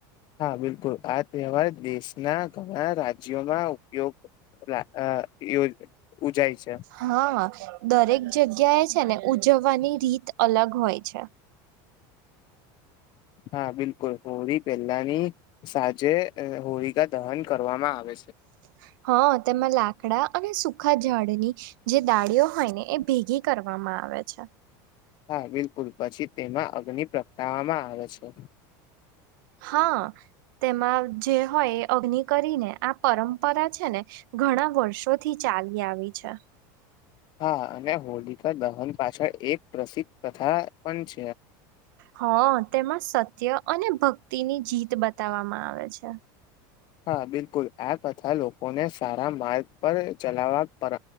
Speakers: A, on the left (about 40°); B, on the right (about 75°).
A: હા બિલકુલ, આ તહેવાર દેશનાં ઘણા રાજ્યોમાં ઉપયોગ રા અહ યોજ ઉજાય છે.
B: હા, હા. દરેક જગ્યાએ છે ને ઉજવવાની રીત અલગ હોય છે.
A: હા બિલકુલ, હોળી પહેલાની સાજે હોળિકા દહન કરવામાં આવે છે.
B: <unintelligible> હા, તેમાં લાકડા અને સુખા ઝાડની જે દાડીઓ હોય ને, એ ભેગી કરવામાં આવે છે.
A: હા બિલકુલ. પછી તેમાં અગ્નિ પ્રગટાવવામાં આવે છે.
B: હા, તેમાં જે હોય અગ્નિ કરીને, આ પરંપરા છે ને ઘણા વર્ષોથી ચાલી આવી છે.
A: હા, અને હોલિકા દહન પાછળ એક પ્રસિદ્ધ કથા પણ છ
B: હા, તેમાં સત્ય અને ભક્તિ ની જીત બતાવવામાં આવે છે.
A: હા બિલકુલ. આ બધા લોકોને સારા માર્ગ પર ચલાવવા પર